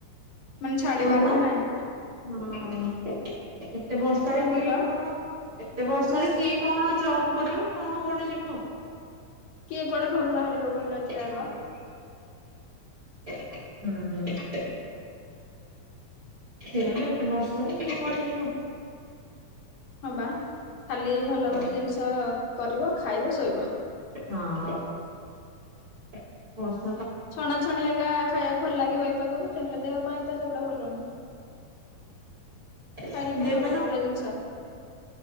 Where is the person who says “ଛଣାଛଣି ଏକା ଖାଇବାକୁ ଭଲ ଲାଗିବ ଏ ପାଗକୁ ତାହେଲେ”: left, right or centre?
Left